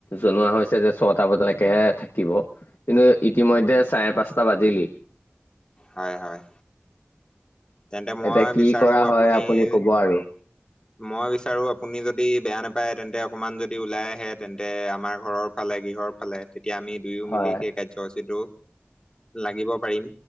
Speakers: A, on the left; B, on the left.
A: জনোৱা হৈছে যে ছটা বজালৈকেহে থাকিব। কিন্তু ইতিমধ্যে চাৰে পাঁচটা বাজিলি।
B: হয়, হয়। তেন্তে মই
A: এতিয়া কি
B: বিচাৰোঁ
A: কৰা
B: আপুনি
A: হয় কব আৰু
B: <inaudible> মই বিচাৰোঁ আপুনি যদি বেয়া নাপায়, তেন্তে অকণমান যদি ওলাই আহে তেন্তে আমাৰ ঘৰৰ ফালে গৃহৰ চালে, তেতিয়া আমি দুয়ো
A: হয়
B: মিলি সেই কাৰ্যসূচীটো লাগিব পাৰিম।